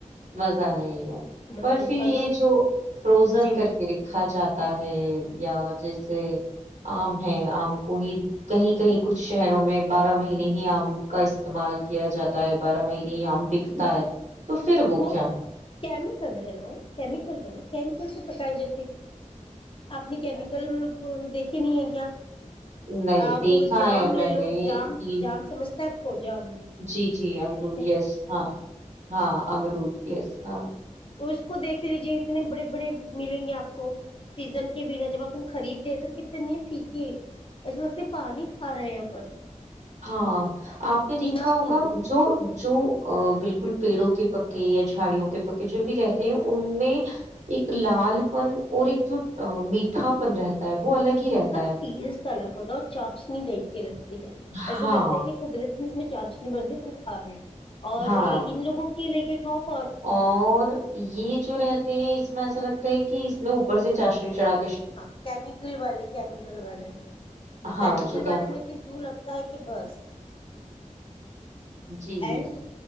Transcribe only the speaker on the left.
مزہ
ہی
نہیں،
اور
جی
وہ
کیمیکل ہے نا کیمیکل ہے نا سے پکائے جاتے آپ نے کیمیکل دیکھے نہیں ہیں کیا
آپ
جام
لے
لو جام
جام سمجھتا ہے پ جام
ج
تو اس کو دیکھ لیجے اتنے بڑے بڑے ملیں گے آپ کو سیزن کے بنا جب اپن خریدتے ہیں تو کتنے پھیکے ایسا لگتا پانی کھا رہے ہیں اپن
بنا
سیزن
اس
کا
ٹیسٹ الگ ہوتا ہے اور چاشنی ٹائپ کی لگتی ہے
ایسے لگتا ہے کہ قدرت اس میں چاشنی بر دی پن کھا رہے اور
ان لوگوں <unintelligible> کی لے کےے خاپ <unintelligible>
ہاں کیمیکل والے کیمیکل والے
کیمیکل
والے میں تو یوں لگتا ہے کہ بس
اڈ